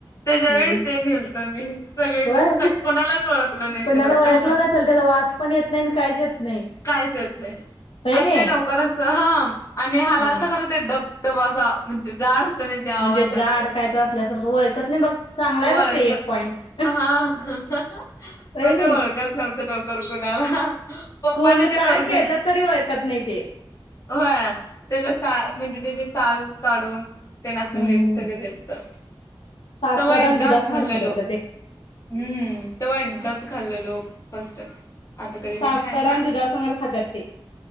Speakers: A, on the left; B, on the left.
A: त्याच्या
B: हम्म
A: वेळी ते नेलतं मी. सगळेजण.
B: होय
A: कोणालाच वळकलं नाही
B: कोणाला
A: ते लवकर
B: ओळखलं नसेल त्याचा वास पण येत नाही आणि काहीच येत नाही
A: कायच ये ते,,
B: होय
A: आणि
B: ना
A: ते लवकर असं हम्म, आणि हलालतं
B: हा
A: खरं ते डब-डबा असा, म्हणजे जाड होतं नाई आवाज
B: म्हणजे जाड
A: आला त
B: काय तर असल्यासारखं ओळखत नाही बघ चांगला
A: वाळकं
B: आहे बघ ते एक पॉइंट
A: हा <unintelligible>
B: होय
A: म
B: नाही
A: ते ओळखत नव्हतं लवकर कुणाला. पप्पानी
B: कोण,
A: ते
B: काय,
A: करून
B: केलं तरी वळखत नाही ते.
A: व्हय? त्याचा सा म्हणजे त्याची साल काढून तेना असं
B: हम्म.
A: नीट सगळं केलतं.
B: साखर
A: तव्हा एकदाच
B: आणि दुधासंगट
A: खाल्लेलो.
B: खातात का ते
A: हम्म. तव्हा एकदाच खाल्लेलो फस्ट टाइम. आता कधी
B: साखर
A: नाही खायला.
B: आणि दुधासंगट खातात ते.